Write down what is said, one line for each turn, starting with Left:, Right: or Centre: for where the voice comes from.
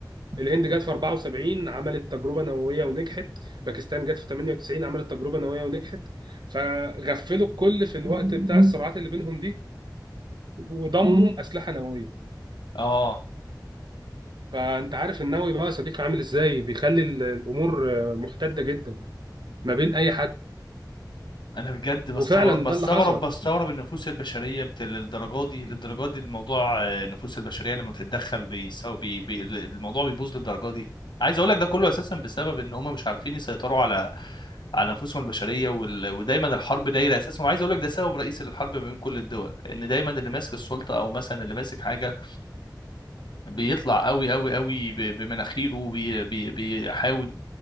Right: الهند جت في 74 عملت تجربه نوويه ونجحت باكستان جت في 98 عملت تجربه نوويه ونجحت فغفلوا الكل في الوقت بتاع الصراعات اللي بينهم دي وضموا اسلحه نوويه
Left: اه
Right: فانت عارف النووي بقى يا صديقي عامل ازاي بيخلي ال- الامور آه، محتده جدا ما بين اي حد
Left: انا بجد بستغرب
Right: وفعلا
Left: بستغرب
Right: ده اللي حصل
Left: بستغرب النفوس البشريه بت... للدرجه دي للدرجه دي الموضوع آه، النفوس البشريه لما بتتدخل بيساو... بي... بي... الموضوع بيبوظ للدرجه دي عايز اقول لك ده كله اساسا بسبب ان هم مش عارفين يسيطروا على على نفوسهم البشريه وال... ودايما الحرب دايره اساسا وعايز اقول لك ده سبب رئيسي للحرب ما بين كل الدول ان دايما اللي ماسك السلطه او مثلا اللي ماسك حاجه بيطلع قوي قوي قوي ب- بمناخيره وبي- بي- بيحاول